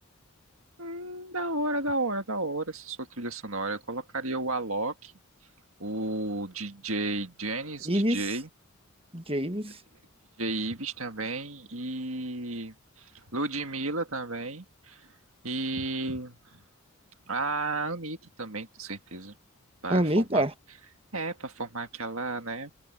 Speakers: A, on the right (about 70°); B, on the right (about 25°).
A: Hum, da hora, da hora, da hora. Essa sua trilha sonora. Eu colocaria o Alok, o DJ Janis, DJ,
B: Ives, Javes,
A: DJ Ives também e. Ludmilla também. E a Anitta também, com certeza. Para
B: Anitta.
A: formar. É, para formar aquela, né?